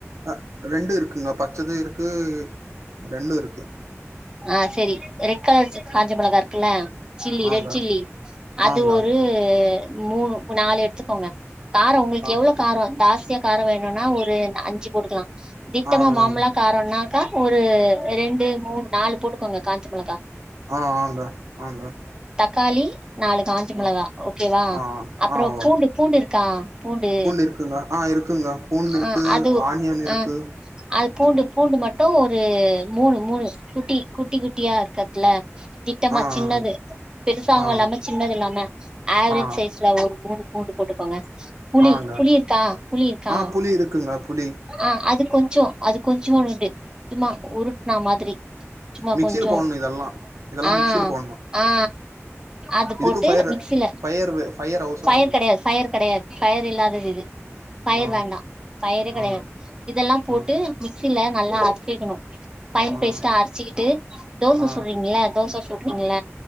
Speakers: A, on the right (about 80°); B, on the right (about 15°).
A: ஆ ரெண்டு இருக்குங்க பச்சது இருக்கு ரெண்டு இருக்கு
B: ஆ செரி ரெட் கலர் காஞ்ச மிளகா இருக்குல்ல சில்லி
A: ஆங்க
B: ரெட் சில்லி அது
A: ஆங்க
B: ஒரு மூணு நாலு எடுத்துக்கோங்க காரோ உங்குள்க்
A: ஆ
B: எவ்ளோ காரோ தாஸ் சியா காரோ வேணுன்னா ஒரு ந அஞ்சு போட்டுக்கலா திட்டமா
A: ஆ
B: மாமுலா
A: ஆங்க
B: காரோனா காரோ ஒரு ரெண்டு மூணு நாலு போட்டுக்கோங்க காஞ்ச மிளகா
A: ஆ ஆங்க ஆங்க
B: காலி நாலு காஞ்ச
A: ஆ
B: மிளகா ஓகேவா
A: ஆ
B: அப்புறோ
A: ஆ ஓ
B: பூண்டு பூண்டு இருக்கா பூண்டு
A: இருக்குங்க ஆ இருக்குங்க பூண்டு இருக்கு
B: ஆ அது ஒ
A: ஆனியன் இருக்கு
B: ஆ அது பூண்டு பூண்டு மட்டோ ஒரு மூணு மூணு குட்டி குட்டி குட்டியா <unintelligible> திட்டமா
A: ஆ ஆ
B: சின்னது பெருசாவு
A: ஆ
B: இல்லாம சின்னதில்லாம ஆவுரேஜ்
A: ஆ
B: சைஸ்ல ஒரு பூண்டு பூண்டு போட்டுக்கோங்க புளி
A: ஆ ஆங்க
B: புளி இர்கா புளி இர்கா
A: ஆ புளி இருக்குங்க புளி
B: ஆ அதுக் கொஞ்சோ அது கொஞ்சுமோல் உர்டி தும்மா உருட்னா மாதிரி சும்மா
A: மிக்சில
B: கொஞ்சோ
A: போடணு இதெல்லா இதெல்லா
B: ஆ
A: மிக்சில போடணு
B: ஆ அது
A: இதுக்கு
B: போட்டு
A: ஃபயர்
B: மிக்ஸ்சில
A: ஃபயர் வே அவசர
B: ஃபயர்
A: இல்ல
B: கெடையாது ஃபயர் கெடையாது ஃபயர் இல்லாதது இது ஃபயர்
A: ஆ
B: வேண்டா ஃபயரே கெடையாது
A: ஆங்க
B: இதெல்லா போட்டு
A: ஆ
B: மிக்ஸ்சில நல்லா அர்ச்சிக்குணு ஃபைன்
A: ஆ
B: பேஸ்ட்டா அர்ச்சிக்கிட்டு தோச
A: ஆ
B: சுட்றீங்கள தோச சுட்றீங்கள
A: ஆ